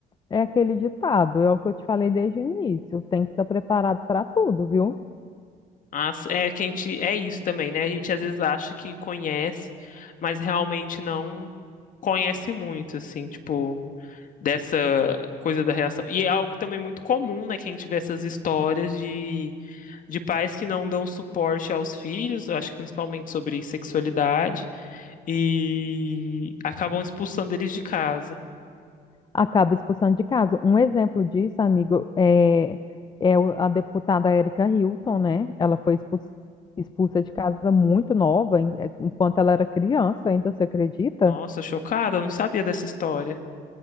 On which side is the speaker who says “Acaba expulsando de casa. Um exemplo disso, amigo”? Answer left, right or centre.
Left